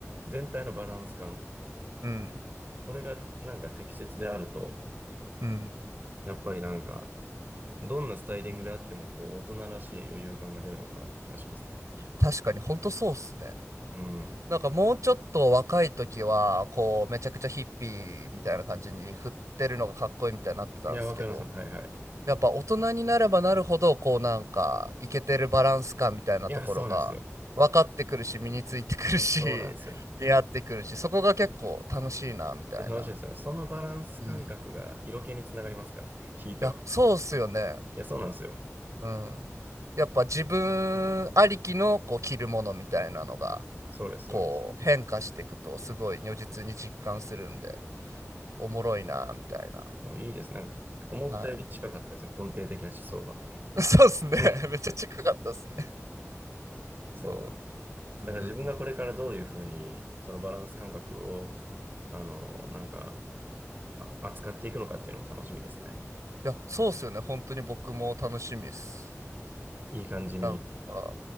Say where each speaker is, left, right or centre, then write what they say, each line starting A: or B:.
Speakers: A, on the right (about 40°); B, on the right (about 80°).
A: 全体のバランス感、
B: うん
A: これがなんか適切であると、
B: うん
A: やっぱりなんかどんなスタイリングであっても、こう、大人らしい余裕感が出るのかなという気がしますね。
B: 確かにほんとそうっすね
A: うん。
B: なんかもうちょっと若い時はこうめちゃくちゃヒッピーみたいな感じに振ってるのがかっこいいみたいになってたんですけど
A: いや、わかります。はいはい。
B: やっぱ大人になればなるほどこうなんかイケてるバランス感みたいなところが分かってくるし身についてくるし
A: いや、そうなんですよ。いや、そうなんですよ。
B: <laughs> 似合ってくるしそこが結構楽しいなみたいな。
A: いや、楽しいですよね。そのバランス感覚が色気につながりますから、
B: うん。い
A: 引いては。
B: や、そうっすよね。
A: いや、そうなんですよ。
B: うん。やっぱ自分ありきのこう着るものみたいなのが
A: そうです、
B: こう変化していくとすごい如実に実感するんで
A: そうです。
B: おもろいなみたいな。
A: もういいです。なんか、思ったより近かったですね。
B: は
A: 根底的な思想が。
B: い。<laughs> そうっすね。
A: <laughs>
B: めっちゃ近かったっすね。
A: そう。
B: そう。うんうんうん。
A: だから自分がこれからどういうふうに、そのバランス感覚を、あの、なんか、あ扱っていくのかっていうのも楽しみですね。
B: いや、そうっすよね。本当に僕も楽しみです。
A: いい感じに、
B: なんか、